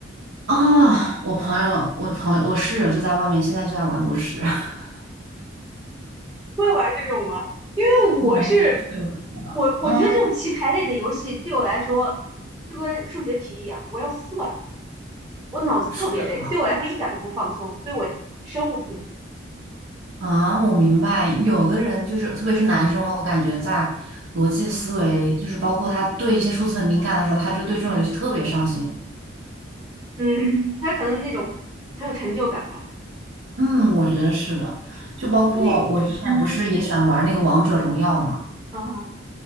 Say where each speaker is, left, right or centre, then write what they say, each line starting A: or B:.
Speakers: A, on the right; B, on the right.
A: 啊，我朋友，我朋友，我室友就在外面，现在就在玩炉石，<laughs>
B: 会玩这种吗？因为我是
A: 我其实会玩的。
B: 我，我觉得这种棋牌类的游戏对我来说就跟数学题一样，
A: 嗯。
B: 我要算，我脑子特别累，
A: 是的
B: 对我来说一点儿都不放松，所以我深恶痛绝。
A: 啊，我明白。有的人就是，特别是男生，我感觉在逻辑思维，就是包括他对一些数字很敏感的时候，他就对这种游戏特别上心。
B: 嗯，他可能那种很有成就感吧。
A: 嗯，我觉得是的。就包括我之前不是也喜欢玩那个王者荣耀嘛，
B: 所以，嗯，啊哈，